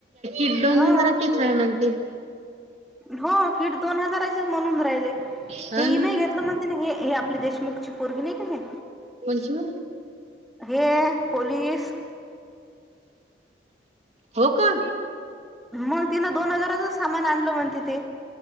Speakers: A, on the right (about 40°); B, in the centre.
A: एक दोन
B: हा
A: व हजाराची हाय म्हनते.
B: हो, दिढ दोन हजाराचीच म्हणून राहिले.
A: हो
B: हे
A: ना
B: नाही घेतलं म्हणून हे आपले देश मुख ची पोरगि नाही का.
A: कोणची हो?
B: हे हे पोलीस
A: हो का,
B: मग तिन दोन हजाराच सामान आणलं म्हणती ते